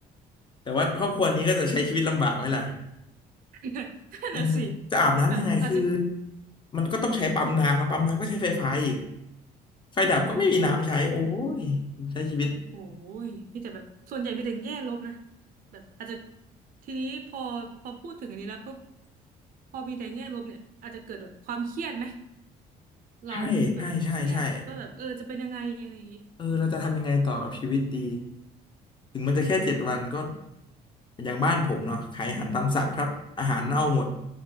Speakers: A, on the left; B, on the right.
A: แต่ว่าครอบครัวนี้ก็จะใช้ชีวิตลำบากไหมล่ะ
B: อืม <laughs> นั่นน่ะสิ
A: เออจะอาบน้ำยังไงคือ
B: แบบอาจจะ
A: มันก็ต้องใช้ปั๊มน้ำแล้วปั๊มน้ำก็ใช้ไฟฟ้าอีก
B: อืม
A: ไฟดับก็ไม่มีน้ำใช้โอ้ย
B: ใช่ใช่
A: ใช้ชีวิต
B: โอ้ยมีแต่แบบส่วนใหญ่มีแต่แง่ลบนะแบบอาจจะทีนี้พอพอพูดถึงอันนี้แล้วปุ๊บพอมีแต่แง่ลบเนี่ยอาจจะเกิดแบบความเครียดไหมเราแบบเครียดว่าแบบเออจะเป็นยังไงอะไรอย่างนี้อืม
A: ใช่ใช่ใช่ใช่ เออเราจะทำยังไงต่อกับชีวิตดีถึงมันจะแค่เจ็ดวันก็
B: อืม
A: อย่างบ้านผมเนาะขายอาหารตามสั่งถ้าอาหารเน่าหมด